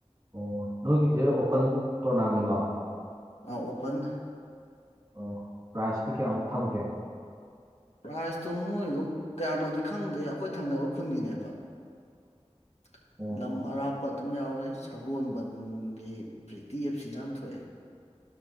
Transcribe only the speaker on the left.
ꯑꯣꯄꯟ
ꯄ꯭ꯔꯥꯏꯖꯇꯣ ꯃꯣꯏꯗꯣ ꯀꯌꯥꯅꯣꯗꯤ ꯈꯪꯗꯦ ꯑꯩꯈꯣꯏ ꯊꯪꯅꯕ ꯈꯨꯟꯒꯤꯅꯦꯕ <inaudible>
ꯂꯝ ꯑꯔꯥꯞꯄ ꯑꯗꯨꯝ ꯌꯥꯎꯋꯦ ꯁꯒꯣꯜꯕꯟꯒꯤ ꯄ꯭ꯔꯤꯇꯤ ꯑꯦꯞ ꯁꯤꯅ ꯑꯃ ꯊꯣꯛꯑꯦ